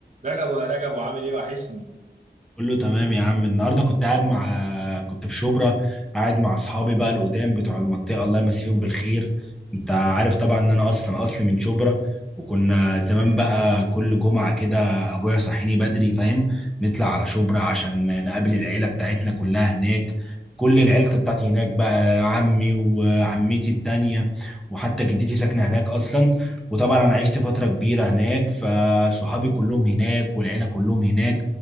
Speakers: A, on the right; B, in the centre.
A: رجب يا رجب وعامل ايه وحشني
B: كله تمام يا عم النهارده كنت قاعد مع كنت في شبرا قاعد مع اصحابي بقى القدام بتوع المنطقه الله يمسيهم بالخير انت عارف طبعا ان انا اصلا اصلي من شبرا وكنا زمان بقى كل جمعه كده ابويا يصحيني بدري فاهم نطلع على شبرا عشان نقابل العيله بتاعتنا كلها هناك كل العيلة بتاعتي هناك بقى عمي وعمتي التانية وحتى جدتي ساكنة هناك أصلا وطبعا أنا عشت فترة كبيرة هناك فصحابي كلهم هناك والعيلة كلهم هناك